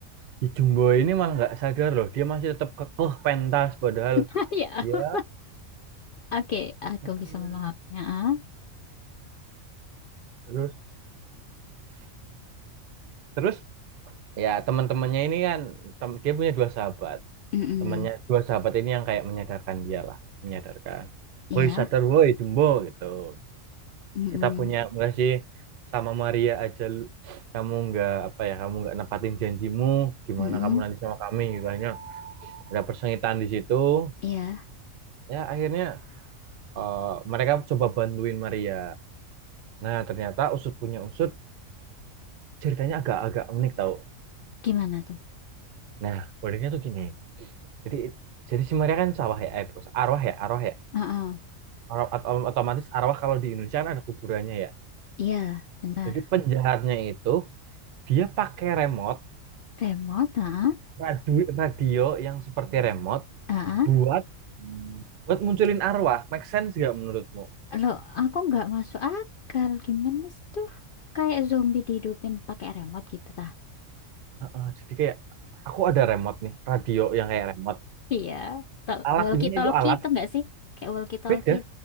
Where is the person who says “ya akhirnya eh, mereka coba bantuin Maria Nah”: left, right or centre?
Right